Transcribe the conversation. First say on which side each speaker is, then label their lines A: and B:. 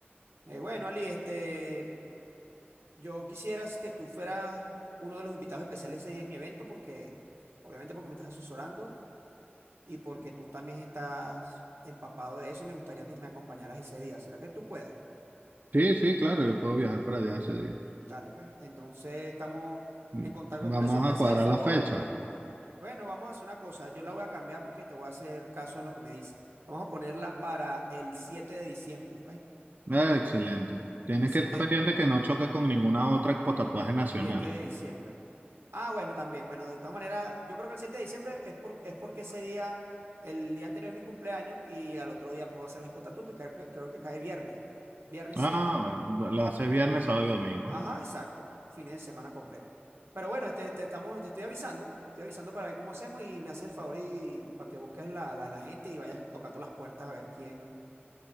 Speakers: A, on the right (about 90°); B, on the right (about 45°).
A: Eh, bueno, Ali, este, yo quisiera que tú fueras uno de los invitados especiales ese día en mi evento, porque, obviamente, porque me estás asesorando y porque tú también estás empapado de eso y me gustaría que me acompañaras ese día. ¿Será que tú puedes?
B: Sí, sí, claro, yo puedo viajar para allá ese día.
A: Dale, pues. Entonces estamos
B: Mm.
A: en contacto
B: Vamos
A: con eso. ¿Me
B: a
A: haces
B: cuadrar
A: el favor?
B: la fecha.
A: Bueno, vamos a hacer una cosa. Yo la voy a cambiar porque te voy a hacer caso en lo que me dice. Vamos a ponerla para el 7 de diciembre, pues.
B: Eh, excelente. Tienes
A: El siete,
B: que estar pendiente que no choque con ninguna otra expo tatuaje nacional.
A: siete de diciembre. Ah, bueno, también. Bueno, de todas maneras, yo creo que el 7 de diciembre es, por- es porque ese día, el día anterior es mi cumpleaños y al otro día puedo hacer la espotatu, que creo que creo que cae viernes. Viernes
B: Ah,
A: 7.
B: bueno, la hace viernes, sábado y domingo.
A: Ajá, exacto. Fines de semana completo. Pero bueno, este, te estamos, te estoy avisando, te estoy avisando para ver cómo hacemos y me haces el favor y para que busques la, la, la gente y vayas tocando las puertas a ver quién,